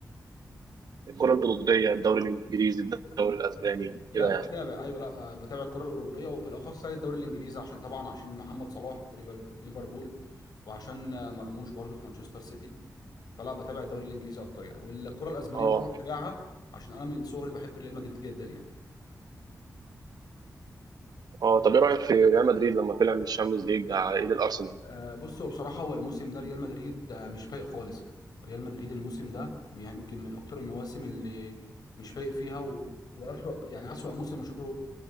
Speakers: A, on the right; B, on the left.
A: الكره الاوروبيه الدوري الانجليزي الدوري الاسباني
B: لا
A: كده يعني
B: بتابع ايوه لا أه، بتابع الكره الاوروبيه وبالاخص يعني الدوري الانجليزي عشان طبعا عشان محمد صلاح في ليفر- في ليفربول وعشان آه، مرموش برضو في مانشستر سيتي فلا بتابع الدوري الانجليزي اكتر يعني والكره الاسبانيه
A: اه
B: برضو بتابعها عشان انا من صغري بحب ريال مدريد جدا يعني
A: اه طب ايه رايك في ريال مدريد لما طلع من الشامبيونز ليج على ايد الارسنال؟
B: آه، بص هو بصراحة هو الموسم ده ريال مدريد آه، مش فايق خالص يعني ريال مدريد الموسم ده يعني يمكن من أكتر المواسم اللي مش فايق فيها و... وأسوأ يعني أسوأ موسم أشوفه